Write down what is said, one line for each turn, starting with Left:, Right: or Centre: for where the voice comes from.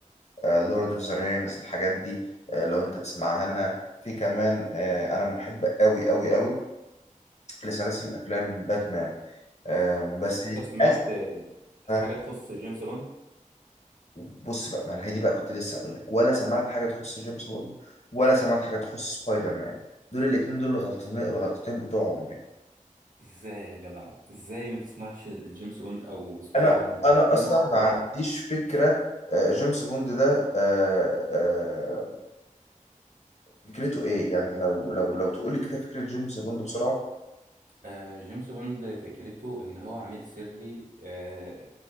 Left: لورد أوف ذا رينجز الحاجات دي آه، لو أنت تسمع عنها في كمان آه، أنا محب أوي أوي أوي لسلاسل الأفلام باتمان آم، بس
Right: لو انت
Left: للأسف
Right: سمعت حاجة
Left: آه،
Right: تخص جيمس بوند
Left: بص بقى ما أنا هي دي بقى كنت لسه اقول لك ولا سمعت حاجه تخص جيمس بوند ولا سمعت حاجه تخص سبايدر مان دول الاثنين دول الغلطتين الغلطتين بتوع عمري
Right: ازاي يا جدع ازاي ما تسمعش جيمس بوند او سبايدر
Left: انا
Right: مان ده
Left: انا
Right: الاتنين
Left: اصلا ما
Right: خرافة
Left: عنديش فكره آه، جيمس بوند ده آه، آه، فكرته ايه يعني لو لو لو تقول لي كده فكره جيمس بوند بسرعه
Right: آه، جيمس بوند فكرته ان هو عميل سري آه،